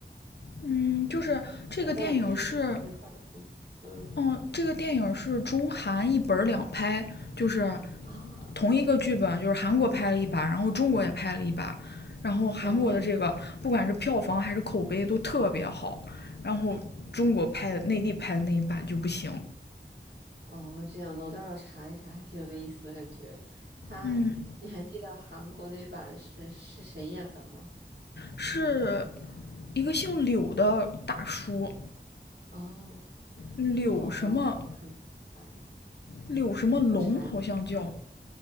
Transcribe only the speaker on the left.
嗯，就是这个电影是
嗯，这个电影是中韩一本儿两拍，就是
同一个剧本，就是韩国拍了一版，然后中国也拍了一版，然后韩国的这个不管是票房还是口碑都特别好，
然后中国拍的内地拍的那一版就不行。
嗯，
是一个姓柳的大叔，
柳什么
柳什么龙好像叫，